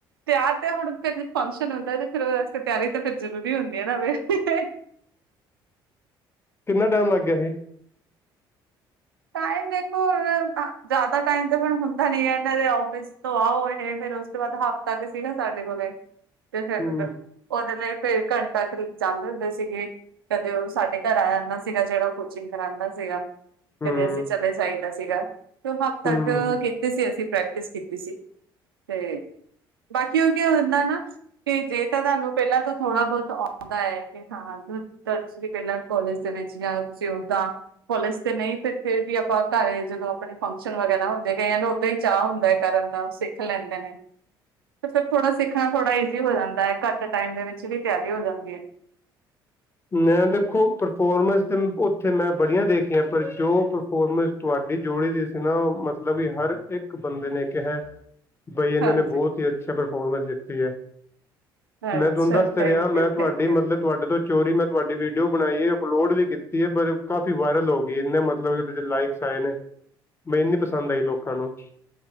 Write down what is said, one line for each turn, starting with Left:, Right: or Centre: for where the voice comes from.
Right: ਤਿਆਰ ਤੇ ਹੁਣ, ਫਿਰ ਫੰਕਸ਼ਨ ਹੁੰਦਾ ਤੇ ਫਿਰ ਉਹਦੇ ਵਾਸਤੇ ਤਿਆਰੀ ਤੇ ਫਿਰ ਜ਼ਰੂਰੀ ਹੁੰਦੀ ਏ ਨਾ ਫਿਰ।
Left: ਕਿੰਨਾ ਟਾਈਮ ਲੱਗ ਗਿਆ ਸੀ?
Right: ਟਾਈਮ ਦੇਖੋ, ਜ਼ਿਆਦਾ ਟਾਈਮ ਤੇ ਹੁਣ ਹੁੰਦਾ ਨੀ ਐ, ਇਹਨਾਂ ਦੇ ਆਫਿਸ ਤੋਂ ਆਓ, ਇਹ ਫੇਰ ਵੱਧ ਤੋ ਵਧ ਹਫ਼ਤਾ ਕ ਸੀ ਨਾ ਸਾਡੇ ਕੋਲੇ, ਤੇ ਫਿਰ
Left: ਹੂੰ
Right: ਉਹਦੇ ਲਈ ਫਿਰ ਘੰਟਾ ਚਾਹਣੇ ਹੁੰਦੇ ਸੀਗੇ, ਕਦੇ ਉਹ ਸਾਡੇ ਘਰ ਆ ਜਾਂਦਾ ਸੀਗਾ, ਜਿਹੜਾ ਕੋਚਿੰਗ ਕਰਾਂਦਾ ਸੀਗਾ।
Left: ਹੂੰ
Right: ਕਦੇ ਅਸੀਂ ਚਲੇ ਜਾਈਦਾ ਸੀਗਾ, ਤੇ ਓ ਹਫਤਾ
Left: ਹੂੰ
Right: ਕ ਅਸੀਂ ਪ੍ਰੈਕਟਿਸ ਕੀਤੀ ਸੀ, ਤੇ ਬਾਕੀ ਉਹ ਕੀ ਹੁੰਦਾ ਨਾ ਤੇ, ਜੇ ਤਾਂ ਤੁਹਾਨੂੰ ਪਹਿਲਾਂ ਤੋਂ ਥੋੜਾ-ਬਹੁਤ ਆਉਂਦਾ ਏ ਹਾਂ, ਤੁਸੀਂ ਪਹਿਲਾਂ ਕੋਲੇਜ ਦੇ ਵਿੱਚ ਯਾ ਤੁਸੀਂ ਓਦਾਂ, ਕੋਲੇਜ ਤੇ ਨਹੀਂ ਫਿਰ ਫੇਰ ਵੀ ਆਪਾਂ ਘਰੇ ਜਦੋਂ ਆਪਣੇ ਫੰਕਸ਼ਨ ਵਗੈਰਾ ਹੁੰਦੇ ਗਏ ਕੲ ਕਈਆ ਨੁ ਓਦਾਂ ਹੀ ਚਾਹ ਹੁੰਦਾ ਹੈ ਕਰਨ ਦਾ, ਸਿੱਖ ਲੈਂਦੇ ਨ। ਤੇ ਫਿਰ ਥੋੜਾ ਸਿੱਖਣਾ ਥੋੜਾ ਈਜ਼ੀ ਹੋ ਜਾਂਦਾ ਏ, ਘੱਟ ਟਾਈਮ ਦੇ ਵਿੱਚ ਵੀ ਤਿਆਰੀ ਹੋ ਜਾਂਦੀ ਏ।
Left: ਮੈਂ ਦੇਖੋ, ਪਰਫੋਰਮੈਂਸ ਤੇ ਉੱਥੇ ਮੈਂ ਬੜੀਆਂ ਦੇਖੀਆਂ ਪਰ ਜੋ ਪੋਰਮੈਸ ਤੁਹਾਡੀ ਜੋੜੀ ਦੀ ਸੀ ਨਾ, ਮਤਲਬ ਕਿ ਹਰ ਇੱਕ ਬੰਦੇ ਨੇ ਕਿਹਾ ਬਈ ਇਹਨਾਂ
Right: ਹਾਂਜੀ
Left: ਨੇ ਬਹੁਤ ਈ ਅੱਛਾ ਪਰਫੋਰਮੈਂਸ ਦਿੱਤੀ ਐ। ਮੈਂ
Right: ਅੱਛਾ
Left: ਤੁਹਾਨੂੰ ਦੱਸ ਤਾ
Right: ਥੈਂਕ
Left: ਰਿਹਾਂ, ਮੈਂ
Right: ਯੂ
Left: ਤੁਹਾਡੀ
Right: ਥੈਂਕ
Left: ਮਤਲਬ,
Right: ਯੂ
Left: ਤੁਹਾਡੇ ਤੋਂ ਚੋਰੀ ਮੈਂ ਤੁਹਾਡੀ ਵੀਡੀਓ ਬਣਾਈ ਏ, ਅਪਲੋਡ ਵੀ ਕੀਤੀ ਏ, ਪਰ ਕਾਫ਼ੀ ਵਾਇਰਲ ਹੋ ਗਈ ਏ, ਇੰਨੇ ਮਤਲਬ ਇਦੇ'ਚ ਲਾਈਕਸ ਆਏ ਨੇ। ਮੈੰਨ ਨੀ ਪਸੰਦ ਆਈ ਲੋਕਾਂ ਨੂੰ।